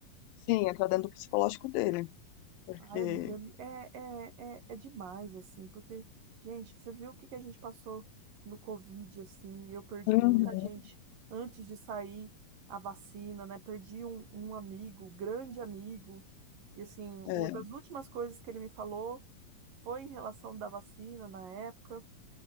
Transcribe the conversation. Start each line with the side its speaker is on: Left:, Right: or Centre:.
Left: Sim, entrar dentro do psicológico dele, porque
Right: Ai, amiga, é, é, é, é demais, assim, porque, gente, você viu o que que a gente passou no Covid, assim, eu perdi
Left: Uhum.
Right: tanta gente antes de sair a vacina, né? Perdi um, um amigo, grande amigo, e, assim, uma
Left: é,
Right: das últimas coisas que ele me falou foi em relação da vacina na época,